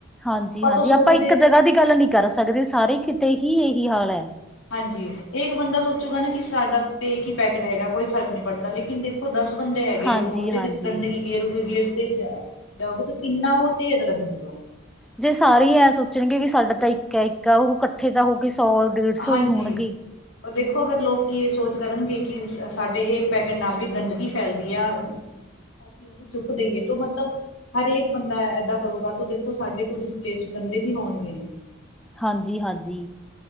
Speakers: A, in the centre; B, on the left (about 70°).
A: ਹਾਂਜੀ ਹਾਂਜੀ
B: ਤੋਂ
A: ਆਪਾਂ
B: ਸੋਚਦੇ
A: ਇੱਕ
B: ਹਾਂਜੀ
A: ਜਗ੍ਹਾ ਦੀ ਗੱਲ ਨਹੀਂ ਕਰ ਸਕਦੇ ਸਾਰੇ ਕਿਤੇ ਹੀ ਇਹੀ ਹਾਲ ਐ।
B: ਹਾਂਜੀ ਇਹ ਇੱਕ ਬੰਦਾ ਸੋਚੂਗਾ ਨਾ ਕਿ ਸਾਡਾ ਇਹ ਕੀ ਪੈਕੇਟ ਹੈਗਾ, ਕੋਈ ਫਰਕ ਨਹੀਂ ਪੜਤਾ ਲੇਕਿਨ ਦੇ ਦੇਖੋ ਦਸ ਬੰਦੇ ਹੈਗੇ
A: ਹਾਂਜੀ
B: ਉਹ ਉਹਦੇ
A: ਹਾਂਜੀ
B: ਵਿੱਚ ਗੰਦਗੀ ਗੇਰੂਗੇ ਗੇਰ ਤੇ ਜਾ ਜਾਓਗੇ ਤੇ ਕਿੰਨਾ ਉਹ ਢੇਰ ਲੱਗਜੂਗਾ।
A: ਜੇ ਸਾਰੇ ਹੀ ਐਂ ਸੋਚਣਗੇ ਵੀ ਸਾਡਾ ਤਾਂ ਇੱਕ ਐ ਇੱਕ ਉਹ ਕੱਠੇ ਤਾਂ ਹੋ ਕੇ ਸੌ ਡੇਢ ਸੌ
B: ਹਾਂਜੀ।
A: ਹੀ ਹੋਣਗੇ
B: ਪਰ ਦੇਖੋ ਅਗਰ ਲੋਕੀ ਇਹ ਸੋਚ ਕਰਨਗੇ ਕਿ ਸਾਡੇ ਇਹ ਪੈਕੇਟ ਨਾਲ ਵੀ ਗੰਦਗੀ ਫੈਲਦੀ ਆ
A: <unintelligible>
B: ਅਸੀਂ ਉਹਨੂੰ ਚੁੱਕ ਦੇਈਏ ਤਾਂ ਮਤਲਬ <unintelligible> ਹਰੇਕ ਬੰਦਾ ਐਦਾਂ ਕਰੂਗਾ ਤੂੰ ਦੇਖੋ ਸਾਡੇ ਟੂਰਿਸਟ ਪਲੇਸ ਗੰਦੇ ਵੀ ਹੋਣਗੇ।
A: ਹਾਂਜੀ, ਹਾਂਜੀ।